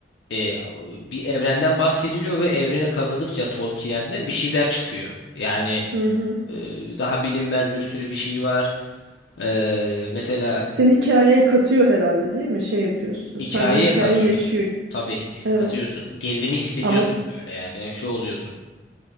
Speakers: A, on the left (about 70°); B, on the right (about 80°).
A: Eh, bir evrenden bahsediliyor ve evreni kazıdıkça Tolkien'den bir şeyler çıkıyor. Yani
B: Hı hı.
A: eh, daha bilinmez bir sürü bir şey var. Eh, mesela
B: Seni hikayeye katıyor herhalde değil mi? Şey yapıyorsun.
A: hikayeye
B: Sen de hikayeyi
A: katıyor.
B: yaşıyor.
A: Tabii
B: Evet.
A: katıyorsun. Gerilimi hissediyorsun
B: Ama
A: böyle yani. Şu oluyorsun.